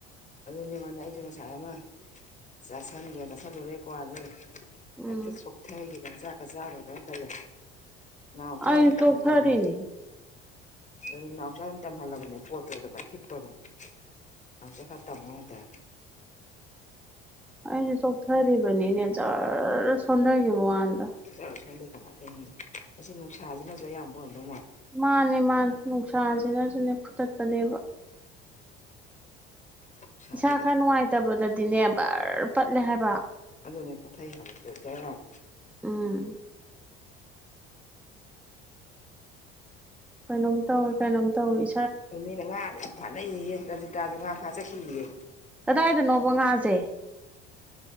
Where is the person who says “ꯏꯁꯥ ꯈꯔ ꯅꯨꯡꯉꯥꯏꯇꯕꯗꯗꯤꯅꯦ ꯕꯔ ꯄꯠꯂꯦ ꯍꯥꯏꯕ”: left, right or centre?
Centre